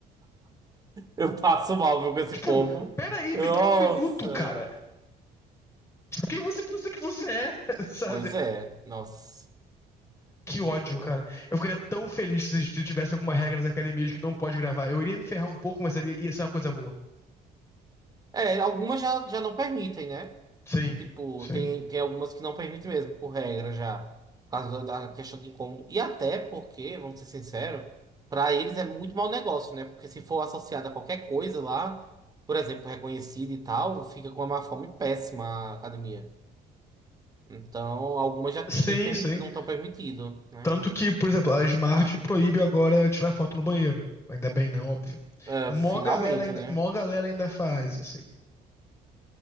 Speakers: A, on the right (about 20°); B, on the left (about 15°).
A: Eu passo mal, viu, com esse
B: Tipo,
A: povo.
B: peraí,
A: Nossa.
B: me dá um minuto, cara. Tipo, quem você pensa que você é, <laughs> sabe?
A: Pois é. Nossa.
B: Que
A: Não,
B: ódio,
A: juro.
B: cara. Eu ficaria tão feliz se tivesse alguma regra nas academias de que não pode gravar. Eu iria me ferrar um pouco, mas seria- ia ser uma coisa boa.
A: É, algumas já, já não permitem, né?
B: Sim,
A: Tipo,
B: sim.
A: tem, tem algumas que não permitem mesmo, por regra já. Por causa da da questão de incômodo. E até porque, vamos ser sinceros, para eles é muito mau negócio, né? Porque se for associado a qualquer coisa lá, por exemplo, reconhecida e tal, fica com uma má fama muito péssima a academia. Então, algumas já
B: Sim,
A: não tem, permi-
B: sim.
A: não estão permitidas, né?
B: Tanto que, por exemplo, a Smart proíbe agora tirar foto no banheiro. Ainda bem, né? Óbvio.
A: É,
B: Mó
A: finalmente,
B: galera ainda,
A: né?
B: mó galera ainda faz, assim.